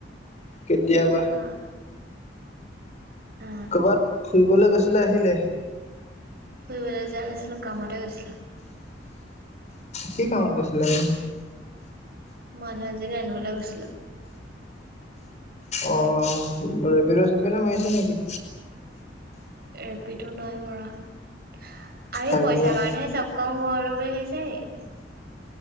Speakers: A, on the left; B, on the right.
A: কেতিয়াবা।
B: অ অ
A: ক'ৰবাত ফুৰিবলৈ গৈছিলে আহিলে?
B: ফুৰিবলৈ যোৱা নাছিলো, কামতে গৈছিলো।
A: কি কামত গৈছিলেনো?
B: মানুহ এজনী আনিবলৈ গৈছিলো।
A: অ' ৰেপিড, চেপিদো মাৰিছে নেকি?
B: ৰেপিড নাই মৰা। আমি
A: অ',
B: পইচাৰ
A: এনেই
B: কাৰণেহে চৱ কওঁ। কৰোঁ বুলি ভাবিছে নেকি?